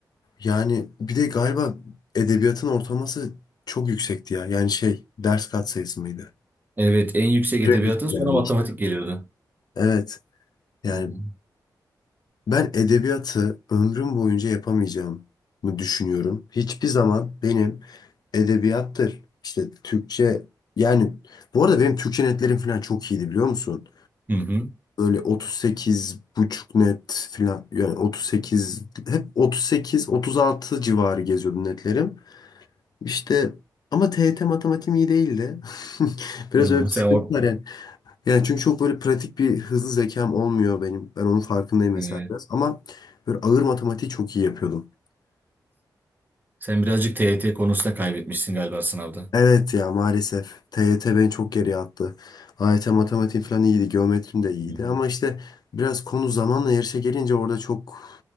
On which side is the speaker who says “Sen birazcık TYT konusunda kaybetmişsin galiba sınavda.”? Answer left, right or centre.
Right